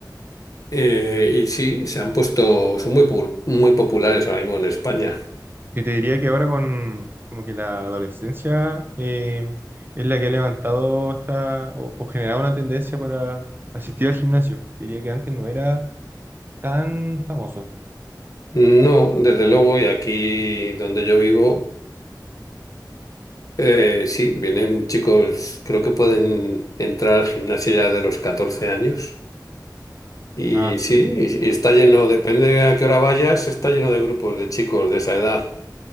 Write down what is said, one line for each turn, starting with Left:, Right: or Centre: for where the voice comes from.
Left: Eh, y sí, se han puesto, son muy, pu- muy populares ahora mismo en España.
Right: Que te diría que ahora con como que la adolescencia eh, es la que ha levantado esta o, o generado una tendencia para asistir al gimnasio. Diría que antes no era tan famoso.
Left: No, desde luego, y aquí donde yo vivo, eh, sí, vienen chicos, creo que pueden entrar al gimnasio ya de los 14 años. Y
Right: Ah, sí.
Left: sí, y- y está lleno, depende de a qué hora vayas, está lleno de grupos de chicos de esa edad.